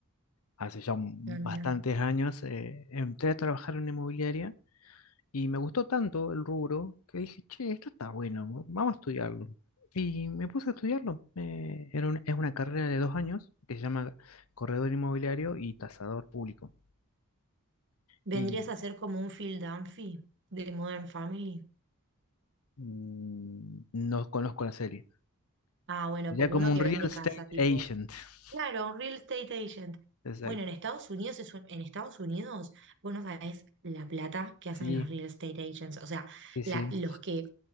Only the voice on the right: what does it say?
Ah, mirá.
Vendrías
a ser como un Phil Dunphy de Modern Family.
Ah, bueno,
como
uno que
vende
casa, tipo.
Claro, un real estate agent.
Bueno, en Estados Unidos es un- en Estados Unidos, vos no sabés la plata que
hacen los real estate agents. O sea,
la, los que